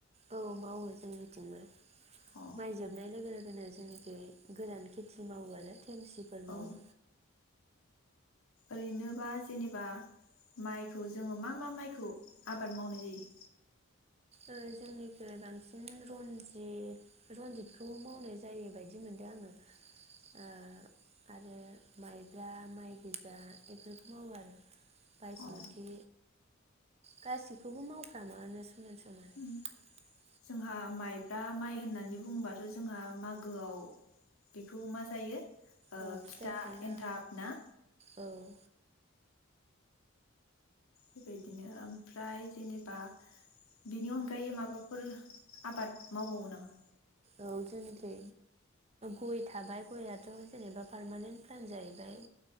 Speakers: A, on the right; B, on the left.
A: औ मावो जोंनिथिंबो।
B: अ
A: माइ जोबनाय लोगो लोगो <unintelligible> जोंनिखै गोरान खेथि मावो आरो देमसिफोर मावो
B: औ ओरैनोबा जेनेबा माइखौ जोङो मा मा माइखौ आबाद मावनाय जायो?
A: ओ जोंनिफ्राय बांसिन रनजित रनजितखौ मावनाय जायो बायदि मोनदों आङो ओ आरो माइब्रा माइ गोजा बेफोरखौ मावो आरो बायसमथि
B: अ
A: गासिखौबो मावफ्रामोआनो <unintelligible>
B: उम जोंहा माइब्रा माइ होननानै बुङोबाथ' जोंहा मागोआव बेखौ मा जायो ओ
A: औ
B: फिथा
A: जायो
B: एनथाब ना
A: औ औ
B: बेबायदिनो ओमफ्राय जेनेबा बिनि अनगायै माबाफोर आबाद मावबावो नामा
A: औ जोंनिखै गय थाबाय गयाथ' जेनेबा पारमानेन्ट प्लान जायैबाय